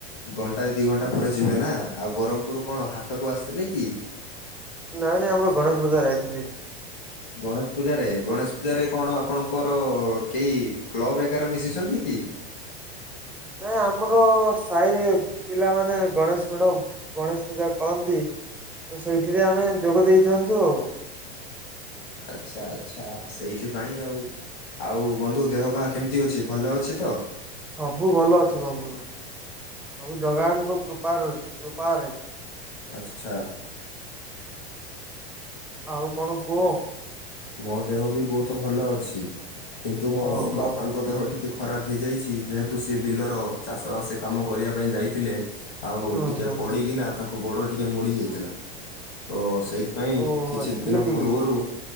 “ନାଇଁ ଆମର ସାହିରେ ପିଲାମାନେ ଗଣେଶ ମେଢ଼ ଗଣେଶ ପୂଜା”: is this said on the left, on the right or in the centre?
Centre